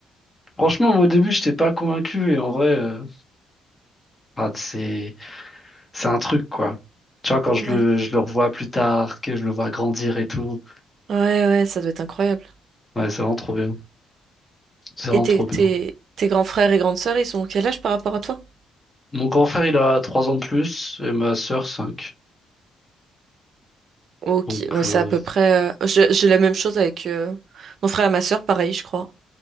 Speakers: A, on the left; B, on the right.
A: Franchement, moi au début, j'étais pas convaincu et en vrai, euh, ah, c'est, c'est un truc quoi. Tu vois, quand je
B: Ouais.
A: le, je le revois plus tard, que je le vois grandir et tout.
B: Ouais, ouais, ça doit être incroyable.
A: Ouais, c'est vraiment trop bien. C'est vraiment
B: Et tes,
A: trop
B: tes,
A: bien.
B: tes grands frères et grandes sœurs, ils sont quel âge par rapport à toi?
A: Mon grand frère, il a 3 ans de plus et ma sœur cinq
B: Ok,
A: Donc,
B: ouais,
A: euh,
B: c'est à peu près. euh, J'ai j'ai la même chose avec euh, mon frère et ma sœur, pareil, je crois.